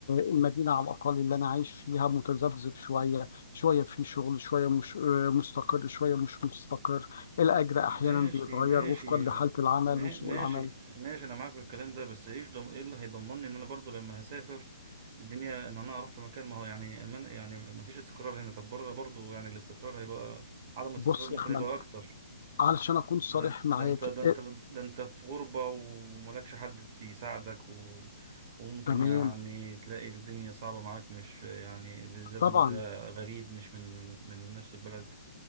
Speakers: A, on the left (about 55°); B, on the right (about 30°).
A: المدينة على الأقل اللي أنا عايش فيها متذبذب شوية شوية في شغل شوية مش آه، مستقر شوية مش مستقر الأجر
B: ماشي
A: أحيانا بيتغير
B: ماشي
A: وفقا لحالة العمل
B: ما-
A: وسوق
B: ماشي
A: العمل
B: ماشي انا معاك في الكلام ده بس ايش ضم... ايه اللي هيضمنني ان انا برضو لما هسافر الدنيا ان انا اروح في مكان ما هو يعني أما أنا- يعني ما فيش استقرار هنا طب بره برضو يعني الاستقرار هيبقى عدم الاستقرار
A: بص
B: ممكن
A: يا أحمد
B: يبقى اكتر
A: علشان أكون صريح
B: ده
A: معاك
B: ده انت ده انت
A: آه،
B: ده انت في غربة وملكش حد يساعدك و... وممكن
A: تمام
B: يعني تلاقي الدنيا صعبة معاك مش يعني بالذات
A: طبعا
B: ان انت غريب مش من من نفس البلد